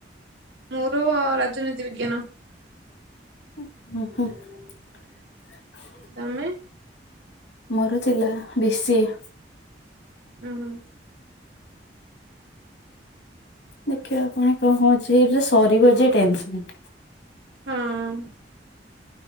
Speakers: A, on the right (about 85°); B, on the left (about 85°).
A: ମୋର ରାଜନୀତି ବିଜ୍ଞାନ।
B: <unintelligible>
A: ତମେ?
B: ମୋର ଥିଲା ବି ଶି ଏ।
A: ଉଁ ହୁଁ।
B: ଦେଖିବା ଆପଣ କଣ ହଉଚି ଏଟା ସରିବ ଯେ ଟେନସନ।
A: ହଁ।